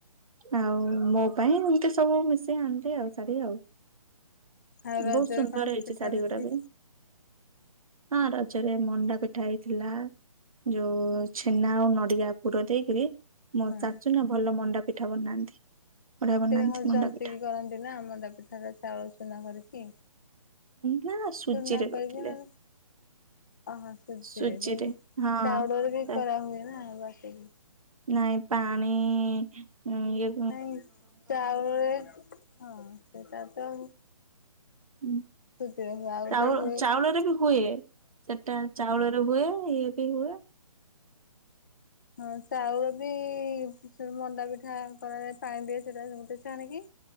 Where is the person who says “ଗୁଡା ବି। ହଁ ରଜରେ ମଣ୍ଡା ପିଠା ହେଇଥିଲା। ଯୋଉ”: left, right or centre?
Right